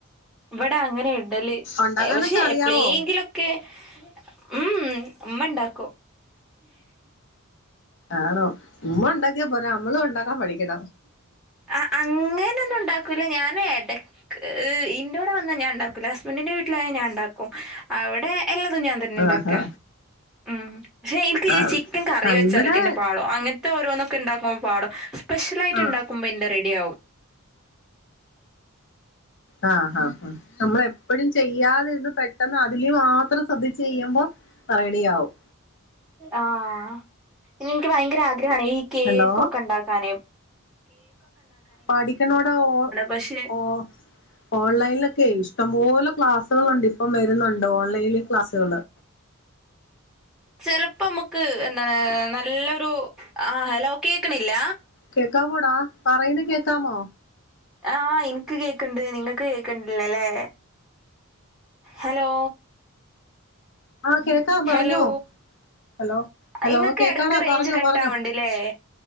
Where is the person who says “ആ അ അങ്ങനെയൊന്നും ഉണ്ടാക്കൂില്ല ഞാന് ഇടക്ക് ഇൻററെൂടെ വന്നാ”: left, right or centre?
Centre